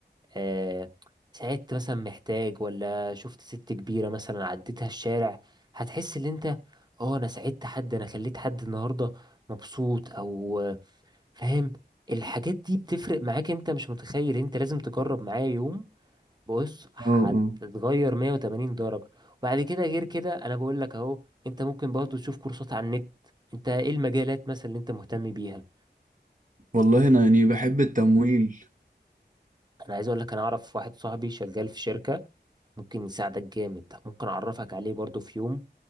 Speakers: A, on the right; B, on the right.
A: آه، ساعدت مثلا محتاج ولا شفت ست كبيرة مثلا عديتها الشارع هتحس ان انت اه انا ساعدت حد انا خليت حد النهاردة مبسوط او آه، فاهم الحاجات دي بتفرق معاك انت مش متخيل انت لازم تجرب معايا يوم بص هتتغير
B: اه اه
A: 180 درجة وبعد كده غير كده انا بقول لك اهو انت ممكن برضه تشوف كورسات على النت انت ايه المجالات مثلا اللي انت مهتم بيها
B: والله انا يعني بحب التمويل
A: انا عايز اقول لك انا اعرف واحد صاحبي شغال في شركة ممكن يساعدك جامد ممكن اعرفك عليه برضو في يوم من